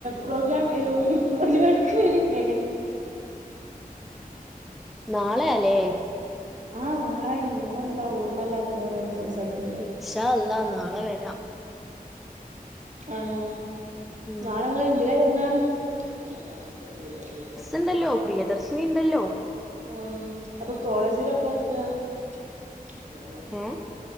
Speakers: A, on the right; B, in the centre.
A: പ്രോഗ്രാം ഏ പരിപാടിക്ക് വരില്ലേ
B: നാളെയല്ലേ
A: ആഹ് നാളെ നിങ്ങളെന്താ ഓർമ്മല്ലാത്ത പോരെ സംസാരിക്കുണ്
B: ഇൻഷാ അല്ല നാളെ വരാം.
A: ആണോ
B: ഉം
A: നാളങ്ങെ എന്തിലാ വരുന്നേ <unintelligible>
B: ഉണ്ടല്ലോ പ്രിയദർശിനി ഉണ്ടല്ലോ
A: ആഹ അപ്പൊ കോളേജിലപ്പയാ യെത്ത
B: ഏ